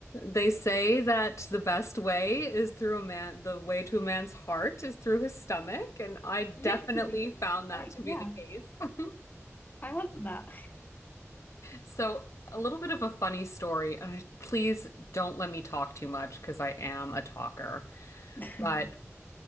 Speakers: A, on the left; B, on the left.
A: they say that the best way is through a man, the way to a man's heart is through his stomach, and I definitely
B: Literally,
A: found that
B: like,
A: to be
B: yeah,
A: the case. <laughs>
B: I want that.
A: So, a little bit of a funny story. Uh, please don't let me talk too much because I am a talker.
B: <laughs>
A: But